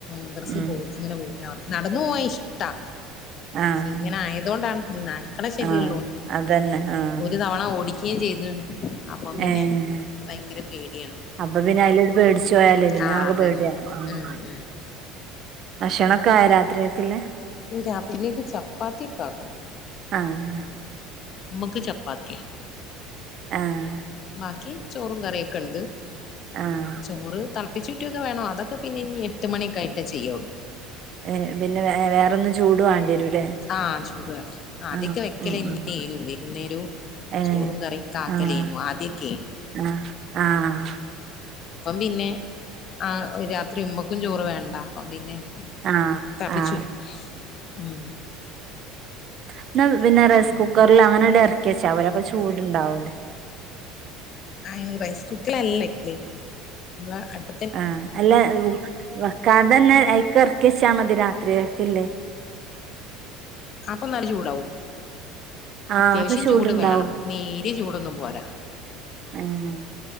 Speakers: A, on the left (about 45°); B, on the right (about 50°).
A: മദ്രസ
B: ഉം
A: പോകും അങ്ങനെ പോകും നടന്നു പോവാൻ ഇഷ്ടാ
B: ആഹ്
A: ഇങ്ങനെ ആയതൊണ്ടാണ് ഈ നായ്ക്കടെ ശല്യം
B: ആഹ്
A: ഉള്ളോണ്ട്
B: അതന്നെ ആഹ്
A: ഒരു തവണ ഓടി ക്കയും ചെയ്താണ് അപ്പം പിന്നെ
B: ഏഹ്
A: ഭയങ്കര പേടിയാണ്
B: അപ്പൊ പിന്നെ അയിലട് പേടിച്ചു പോയാലേ പിന്നെ
A: ആഹ്
B: ആകെ
A: അതന്നെ
B: പേടിയാവും ആഹ്
A: ഉം ഉം
B: ഭക്ഷണൊക്കെ
A: അങ്ങനെ
B: ആയോ രാത്രികക്കില്ലേ
A: രാത്രിലേക്ക് ചപ്പാത്തിയൊക്കെ ആക്കണം
B: ആഹ് ആഹ്
A: ഞമ്മക്ക് ചപ്പാത്തിയ
B: ആഹ്
A: ബാക്കി ചോറും കറിയൊക്കെണ്ട്
B: ആഹ്
A: ചോറ് തെളപ്പിച്ചുറ്റൊക്കെ വേണം അതൊക്കെ പിന്നെ ഇനി എട്ട് മണിയൊക്കായിട്ടേ ചെയ്യുള്ളൂ
B: ഏഹ് പിന്നെ വേറൊന്നും ചൂട് വേണ്ടി വരൂല്ലേ
A: ആഹ് ചൂട് വേണം ആദ്യൊക്കെ
B: ആഹ്
A: വെക്കല്
B: ഉം
A: തന്നെനു
B: ഉം
A: വൈകുന്നേരേം
B: ഏഹ്
A: ചോറും കറിയക്കെ ആക്കലേനു
B: ആഹ്
A: ആദ്യൊക്കെ
B: ആഹ് ആഹ്
A: അപ്പം പിന്നെ ആഹ് ഒരു രാത്രി ഉമ്മക്കും ചോറ് വേണ്ട അപ്പം പിന്നെ
B: ആഹ്
A: തൾപ്പിച്ച്
B: ആഹ്
A: ഊറ്റും ഉം
B: എന്നാ പിന്നെ റെസ്
A: അങ്ങനെ
B: കുക്കറില് അങ്ങനെങ്‌ട് എറക്കി വെച്ചാ പോരെ ചൂട് ഉണ്ടാവൂലേ
A: അയ്ന് റൈസ് കുക്കർല് അല്ലേല്ലേ <unintelligible>
B: ആഹ് അല്ല വക്കാതെ തന്നെ അയിക്ക് എറക്കി വച്ചാ മതി രാത്രികക്ക്ല്ലേ
A: അപ്പൊ നല്ല ചൂടാവും
B: ആഹ്
A: അത്യാവശ്യം
B: അപ്പൊ ചൂടുണ്ടാവും
A: ചൂട് വേണം നേരിയ ചൂടൊന്നും പോരാ
B: ഏഹ്